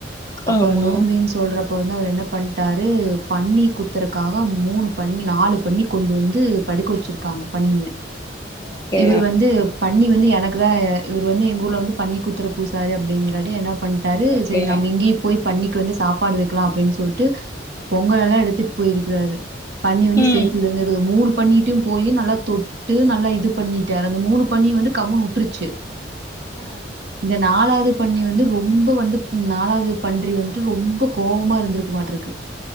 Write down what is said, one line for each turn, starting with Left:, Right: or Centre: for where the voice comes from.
Right: அப்ப
Left: ஆமா
Right: நோம்பினு சொல்றப் அப்ப வந்து அவர் என்ன பண்ட்டாரு பன்னி குத்துறக்காக மூணு பன்னி நாலு பன்னி கொண்டு வந்து படுக்க வச்சிருக்காங்க பன்னிய
Left: ஓகே
Right: இவர் வந்து பன்னி வந் வந்து எனக்கு தா இவர் வந்து எங்க ஊர்ல வந்து பன்னி குத்துற பூசாரி அப்டிங்கறாட்டி என்ன பண்ட்டாரு
Left: ஓகே
Right: சரி நம்ம இங்கயே போய் பன்னி கு வந்து சாப்பாடு வைக்கலா அப்டின்னு சொல்லிட்டு பொங்கலல்லா எடுத்துட்டு போயிருக்கிறாரு பண்ணி வந்து
Left: ம்
Right: சேத்து மூணு பன்னிட்டையும் போய் நல்லா தொட்டு நல்லா இது பண்ணிட்டரு அந்த மூணு பன்னியும் வந்து கம்முன்னு விட்டுருச்சு
Left: ஆ
Right: இந்த நாலாவது த பண்ணி வந்து ரொம்ப வந்து நாளது பன்றி வந்துட்டு ரொம்ப கோபமா இருந்திருக்கு மாட்ருக்கு